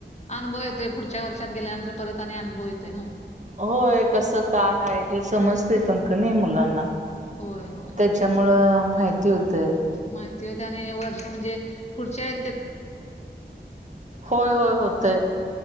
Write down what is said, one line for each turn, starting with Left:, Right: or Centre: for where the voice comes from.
Left: अनुभव येतोय पुढच्या वर्षात गेल्यानंतर परत आणि अनुभव येतोय नवं
Right: होय कसं का आहे हे समजते पण क नाही मुलांना.
Left: होय होय
Right: त्याच्यामुळं
Left: तेच की.
Right: माहिती होते
Left: माहिती होतिया आणि वर्ष म्हणजे पुढच्या य
Right: होय होय होतंय.